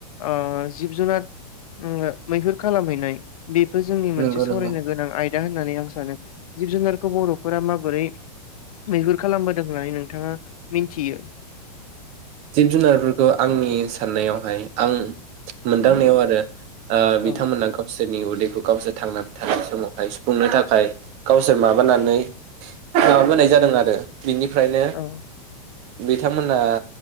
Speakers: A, on the left (about 75°); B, on the right (about 35°).
A: ओ जिब जुनार मैहुर खालामहैनाय। बेबो जोंनि मोनसे
B: नंगौ
A: सावरायनो
B: नंगौ
A: गोनां आयदा होननानै आं सानो। जिब जुनारखौ बर'फोरा माबोरै मैहुर खालामबोदों होननानै नोंथाङा मिन्थियो
B: जिब जुनारफोरखौ आंनि साननायावहाय आं मोनदांनायाव आरो
A: औ
B: बिथांमोना गावसोरनि <unintelligible> गावसोर थांनानै थानाय समावहाय सुफुंनो थाखाय गावसोर माबानानै माबाबोनाय जादों आरो बिनिफ्रायनो
A: औ
B: बिथांमोना